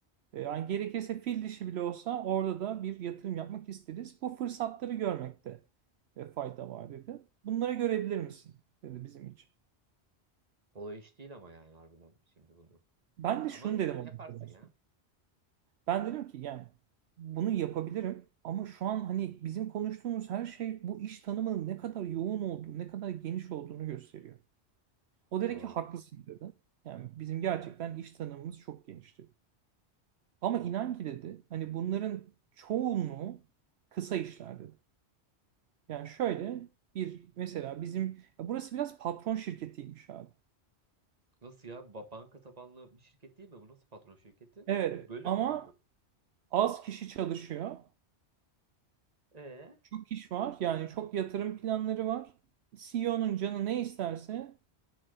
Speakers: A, on the right; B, on the right.
A: e, yani gerekirse fil dişi bile olsa orada da bir yatırım yapmak isteriz. Bu fırsatları görmekte e, fayda var dedi. Bunları görebilir misin? dedi bizim için.
B: Kolay iş değil ama yani harbiden şimdi bunu.
A: Ben de
B: Ama
A: şunu
B: sen
A: dedim o
B: yaparsın
A: noktada Osman.
B: ya.
A: Ben dedim ki yani bunu yapabilirim ama şu an hani bizim konuştuğumuz her şey bu iş tanımının ne kadar yoğun olduğunu, ne kadar geniş olduğunu gösteriyor. O dedi
B: Doğru.
A: ki haklısın dedi. Yani bizim gerçekten iş tanımımız çok genişti. Ama inan ki dedi hani bunların çoğunluğu kısa işler dedi. Yani şöyle bir mesela bizim ya burası biraz patron şirketiymiş abi.
B: Nasıl ya? Ba- banka tabanlı bir şirket değil mi? Bu nasıl patron şirketi?
A: Evet
B: Bu bölüm
A: ama
B: mü? Yok.
A: az kişi çalışıyor
B: Ee
A: Çok iş var. Yani çok yatırım planları var. CEO'nun canı ne isterse